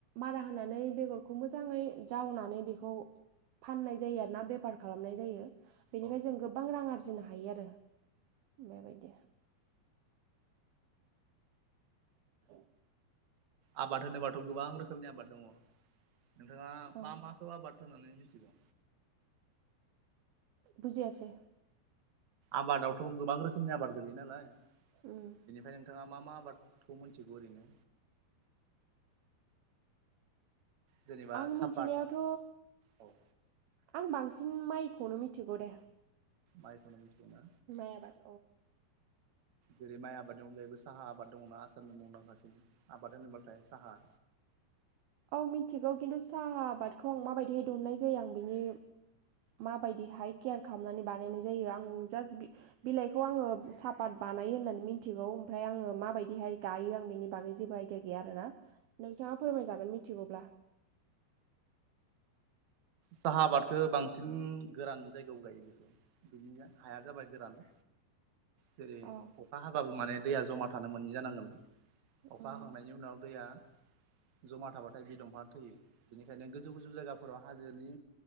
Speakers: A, on the right; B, on the right.
A: मारा होनानै बेगरखौ मोजाङै जावनानै बेखौ। फाननाय जायो आरोना बेफार खालामनाय जायो। बेनिफ्राय
B: औ
A: जों गोबां रां आरजिनो हायो आरो बेबायदि औ <unintelligible>
B: आबाद होनोबाथ' गोबां रोखोमनि आबाद दङ नोंथाङा
A: औ
B: मा माखो आबाद होननानै मिनथिगौ
A: बुजियासे
B: आबादावथ' गोबां रोखोमनि आबाद गोलैयो नालाय
A: उम
B: बेनिफ्राय नोंथाङा मा मा आबादखौ मोनथिगौ ओरैनो जेनेबा
A: आं
B: सापात
A: मिथिनायाथ'
B: औ
A: आं बांसिन माइखौनो मिथिगौ दे
B: माइखौ मिथियोना
A: माय आबाद
B: जेरै माइ आबादनि अनगायैबो साहा आबाद दङना आसामनि मुंदांखासिन आबाद होनोब्लाथाय साहा
A: औ मिथिगौ खिन्थु साहा आबादखौ आं माबायदिहाय दुहुनाय जायो आं बिनि माबायदिहाय केयार खालामनानै बानायनाय जायो आं जास्ट बिलाइखौ आङो सापात ब बानायो होनानोय मिनथिगौ ओमफ्राय आं माबादि गायो बिनि बागै जेबो आइदा गैया आरोना नोंथां नोंथांआ फोरमाय जागोन मिथिगौब्ला
B: साहा आबादखौ बांसिन गोरान जायगायाव गायो बेखौ बिनिया हाया जाबाय गोरान
A: <unintelligible>
B: जेरै
A: औ
B: अखा हाबाबो माने दैया जमा थानो मोनै जानांगोन अखा
A: उम
B: हाखांनायनि उनाव दैया जमा थाबाथाय बि दंफां थैयो बेनिखायनो गोजौ गोजौ जायगफोराव हा हाजोनि